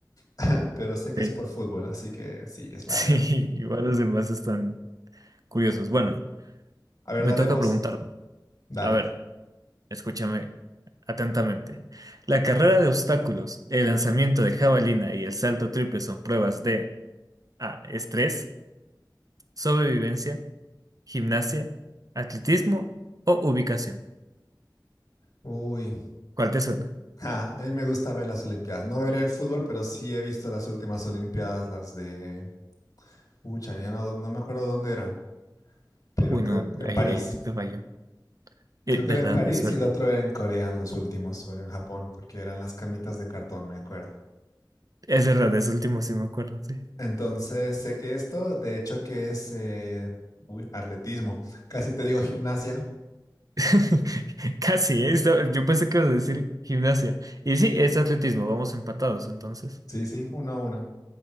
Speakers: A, on the left; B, on the right.
A: Ah, Pero sé que
B: sí.
A: es por
B: <laughs>
A: fútbol, así que sí, es la
B: Sí,
A: de.
B: igual los demás están curiosos. Bueno.
A: A ver,
B: Me
A: dale
B: toca
A: vos.
B: preguntarlo.
A: Dale.
B: A ver, escúchame atentamente. La carrera de obstáculos, el lanzamiento de jabalina y el salto triple son pruebas de A. Estrés, sobrevivencia, gimnasia, atletismo o ubicación.
A: Uy,
B: ¿Cuál te suena?
A: ah, a mí me gusta ver las Olimpiadas. No veré el fútbol, pero sí he visto las últimas Olimpiadas, las de... Ucha, ya no, no me acuerdo dónde eran, pero
B: Uy,
A: creo
B: no,
A: que en
B: ahí,
A: París.
B: ahí sí te falló. Eh,
A: Creo que
B: verdad,
A: era en París
B: es verdad.
A: y el otro era en Corea, los últimos, o en Japón, porque eran las camitas de cartón, me acuerdo.
B: Es verdad, es último sí me acuerdo, sí.
A: Entonces sé que esto, de hecho, que es eh, uy, atletismo. Casi te digo gimnasia.
B: <laughs> Casi, eh, estaba- yo pensé que ibas a decir gimnasia. Y sí, es atletismo, vamos empatados entonces.
A: Sí, sí, uno a uno.